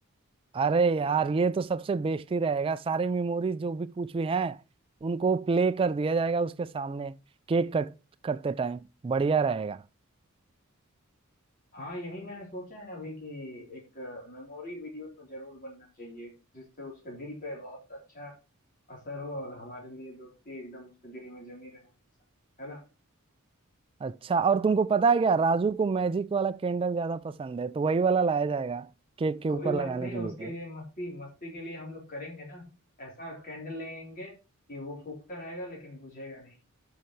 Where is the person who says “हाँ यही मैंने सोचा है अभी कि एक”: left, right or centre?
Left